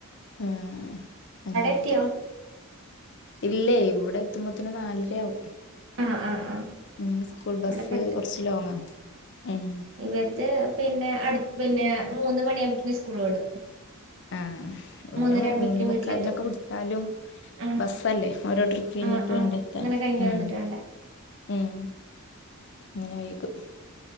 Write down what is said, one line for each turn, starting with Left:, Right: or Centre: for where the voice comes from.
Left: ഉം അങ്ങനെയൊക്കെ
Right: എത്തിയോ
Left: ഇല്ലേ ഇവിടെ എത്തുമ്പോത്തന് നാലരയാവും.
Right: ആഹ് ആഹ് ആഹ്
Left: ഉം സ്കൂൾ ബസ്സ്
Right: ഇവിടെപ്പടുത്ത്
Left: കുറച്ച് ലോങ്ങ ഉം
Right: ഇവടത്തെ പിന്നെ അടുത്ത് പിന്നെ മൂന്ന് മണിയാകുമ്പോക്ക്നും സ്കൂൾ വിടും.
Left: ആഹ് ഒരു
Right: മൂന്നര ആകുമ്പക്കിന്
Left: മൂന്നേ മുക്കാലിനൊക്കെ
Right: വീട്ടിലെത്തും
Left: വി ട്ടാലും
Right: ആഹ്
Left: ബസ്സല്ലേ ഓരോ ട്രിപ്പ് കഴിഞ്ഞിട്ട്
Right: ആഹ് ആഹ്
Left: വേണ്ടെ എത്താൻ
Right: അങ്ങനെ കഴിഞ്ഞ്
Left: ഉം
Right: വന്നിട്ട് വേണ്ടേ
Left: ഉം അങ്ങനെ വൈകും.